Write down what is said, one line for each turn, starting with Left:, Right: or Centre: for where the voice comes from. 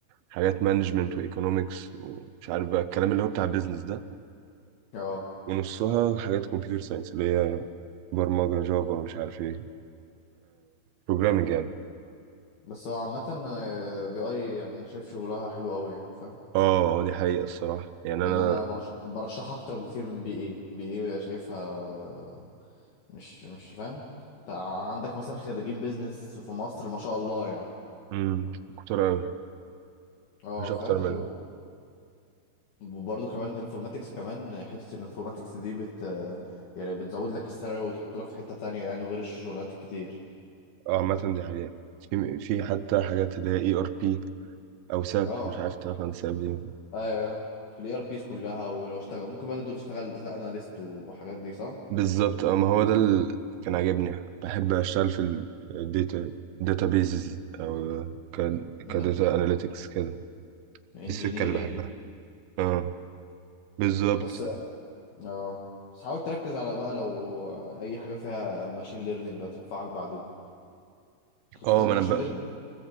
Right: حاجات مانجمنت وايكونومكس ومش عارف بقى الكلام اللي هو بتاع بيزنس ده
Left: اه
Right: ونصها حاجات كمبيوتر ساينس اللي هي برمجه جافا مش عارف ايه بروجرامنج يعني
Left: بس هو عامة آه، بي اي يعني أنا شايف شغلها حلو قوي يعني فاهم
Right: اه آه، دي حقيقه الصراحه يعني
Left: يعني
Right: انا
Left: انا برش... برشحها اكتر بكتير من بي اي بي اي شايفها مش مش فاهم تع- عندك مثلا خريجين بيزنس في مصر ما شاء الله يعني
Right: مم، كنت أوي
Left: اه
Right: مفيش اكتر
Left: فاهم
Right: منها
Left: و- وبرضه كمان انفورماتكس كمان حتة الانفورماتكس دي بت يعني بتزود لك السالري وتحط لك في حتة تانية يعني وغير الشغلانات الكتير
Right: اه عامة دي حقيقة في في حتى حاجات اللي هي اي ار بي او ساب
Left: اه
Right: مش عارف تعرف عن ساب دي ولا لأ.
Left: ايوه الاي ار بيز كلها ولو اشتغل ممكن بقى تبدأ تشتغل داتا اناليست وحاجات دي صح
Right: بالظبط اه ما هو ده اللي كان عاجبني بحب اشتغل في الداتا داتا بيزز او ك كداتا
Left: بس
Right: اناليتكس كده
Left: انجينيرينج
Right: دي السكة اللي بحبها اه بالظبط
Left: بس اه بس حاول تركز على بقى لو اي حاجه فيها ماشين ليرنينج هتنفعك بعدين انت كنت
Right: اه
Left: بتاخده
Right: ما انا
Left: ماشين
Right: بقى
Left: ليرنينج